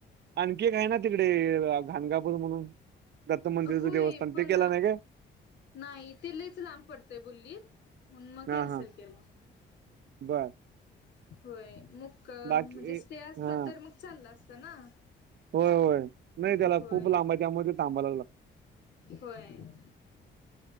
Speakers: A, on the right; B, on the left.
A: आणखी एक आहे ना तिकडे घानगापूर म्हणून दत्त मंदिरचं
B: होय
A: देवस्थान
B: पण
A: ते केलं नाही काय
B: नाही ते लईच लांब पडतंय बोलल्लीत. म्हणुन मग
A: हा
B: कॅन्सल
A: हा
B: केला.
A: बर.
B: होय मग मुक्कम
A: बाकी
B: म्हणजे स्टे असतात
A: हा
B: तर मग चालला असत ना.
A: होय होय नाही त्याला
B: होय
A: खूप लांब आहे त्यामुऴे थांबा लागला.
B: होय.